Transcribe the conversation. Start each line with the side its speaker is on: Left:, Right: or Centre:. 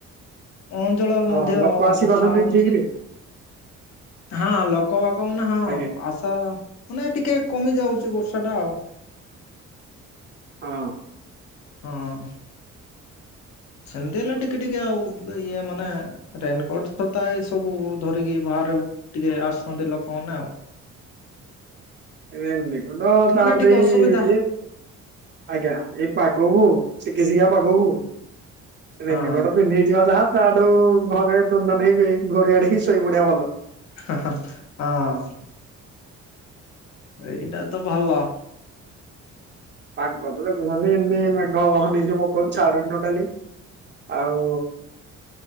Left: ଅଞ୍ଚଳରେ
Right: ହଁ
Left: ମଧ୍ୟ
Right: ଲୋକ ଆସି
Left: ବର୍ଷା
Right: ପାରୁଛନ୍ତି
Left: ହଉଛି।
Right: ଠିକରେ
Left: ହଁ ଲୋକ ବାକ ମାନେ ହଁ
Right: ଆଜ୍ଞା
Left: ଆଶା ମାନେ ଟିକେ କମି ଯାଉଛି ବର୍ଷାଟା ଆଉ।
Right: ହଁ।
Left: ହଁ। ସେମତି ହେଲା ଟିକେ ଟିକେ ଆଉ ଇଏ ମାନେ ରେନକୋଟ ଛତା ଏ ସବୁ ଧରିକି ବାହାରେ ଟିକେ ଆସନ୍ତି ଲୋକମାନେ ଆଉ।
Right: ଏ ନାଇଁ ଦେଖନ୍ତୁ
Left: ମାନେ
Right: ତାପରେ
Left: ଟିକେ
Right: ଏଇ
Left: ଅସୁବିଧା
Right: ଏ ଆଜ୍ଞା ଏଇ ପାଗକୁ ଶିକାଶିଖା ପାଗକୁ
Left: ହଁ
Right: ରେନିକୋଟ ପିନ୍ଧିକି ଯିବା ଯାହା ତାଠୁ ଘରେ ତୁନ ତାନି ହେଇକି ଘୋଡେଇ ଘାଡେଇ କି ଶୋଇ ପଡିଆ ଭଲ।
Left: ହାଁ ହାଁ ହଁ। ଏଇଟା ତ ଭଲ।
Right: ପାଗ ତ ଦେଖୁନାହାଁନ୍ତି ଏମତି ମେଘ ହଁ ବିଜୁଳି ପକଉଛି ଛାଡୁନି ଟୋଟାଲି ଆଉ